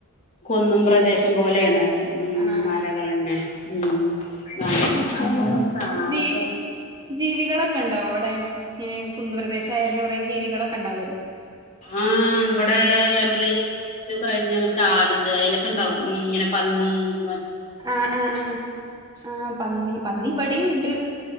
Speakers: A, on the left (about 35°); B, on the right (about 20°).
A: കുന്നും പ്രദേശം പോലെയാണ് മ്
B: ആഹ്
A: മലകള്ന്നെ ഉം നല്ല രസാണ് കാണാനൊക്കെ
B: ജീ ജീവികളൊക്കെ ഒണ്ടോ അവടെ ഇങ്ങനെ കുന്നുപ്രദേശ <unintelligible> കൊറേ ജീവികളൊക്കെ ഉണ്ടാവുല്ലോ
A: ആ ഇവടെ നമ്മളി കഴിഞ്ഞ അങ്ങ് കാടുണ്ട് അയിലോ ണ്ടാവും ഇങ്ങനെ പന്നി വ
B: ആ ആ ആ ആ പന്നി പന്നി പടിയുണ്ട്